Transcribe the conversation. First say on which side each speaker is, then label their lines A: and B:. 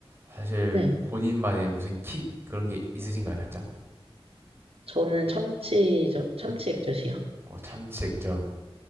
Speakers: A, on the right; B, on the right.
A: 사실
B: 네.
A: 본인만의 무슨 킥 그런 게 있으신가요, 살짝?
B: 저는 참치, 저, 참치 액젓이요.
A: 어, 참치액젓